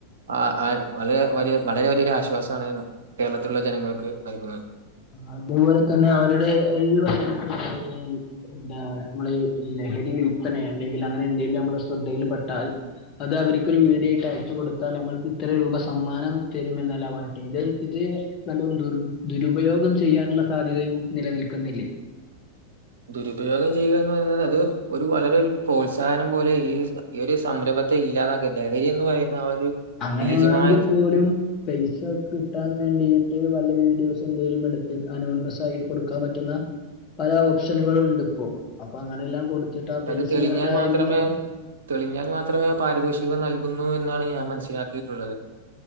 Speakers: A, on the right; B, on the left.
A: ആഹ് ആ വളരെ വല്യ വളരെ വലിയൊരാശ്വാസാണ് കേരളത്തിലുള്ള ജനങ്ങൾക്ക് നൽകുന്നത്.
B: അതുപോലെ തന്നെ അവരുടെ ഒരു <unintelligible> എന്താ നമ്മളീ ലഹരി വിൽപ്പന അല്ലെങ്കിൽ അങ്ങനെ എന്തേലും ഞമ്മളെ ശ്രെദ്ധയിൽപ്പെട്ടാൽ അത് അവർക്കൊരു വീടിയയിട്ട് അയച്ച കൊടുത്താൽ നമ്മൾക്ക് ഇത്ര രൂപ സമ്മാനം തരും എന്നല്ല പറഞ്ഞട്ടെ ഇത് ഇത്. ന്നാലും ദുർ ദുരുപയോഗം ചെയ്യാനുള്ള സാധ്യതയും നിലനിൽക്കുന്നില്ലേ
A: ദുരുപയോഗം ചെയ്യുക എന്ന് പറയുന്നത് അത് ഒരു വളരെ ഒരു പ്രോത്സാഹനം പോലെ ഈ ഈ ഒരു സംരംഭത്തെ ഇല്ലാതാക്ക ലഹരി എന്ന് പറയുന്ന ആ ഒരു
B: അങ്ങനെയാണെങ്കിൽ
A: നീചമായ ഒരു-
B: പോലും പൈസക് കിട്ടാൻ വേണ്ടിട്ട് വല്ല വീഡിയോസ് എന്തെങ്കിലും എടുത്ത് അനോണിമസ് ആയി കൊടുക്കാൻ പറ്റുന്ന പല ഓപ്ഷനുകളും ഉണ്ട് ഇപ്പോ അപ്പൊ അങ്ങനെല്ലാം കൊടുത്തിട്ട് ആഹ് പൈസ
A: അത് തെളിഞ്ഞാൽ
B: നേടായന്ന്
A: മാത്രമേ
B: പറയ്
A: തെളിഞ്ഞാൽ മാത്രമേ പാരിതോഷികം നൽകുന്നു എന്നാണ് ഞാൻ മനസ്സിലാക്കിയിട്ടുള്ളത്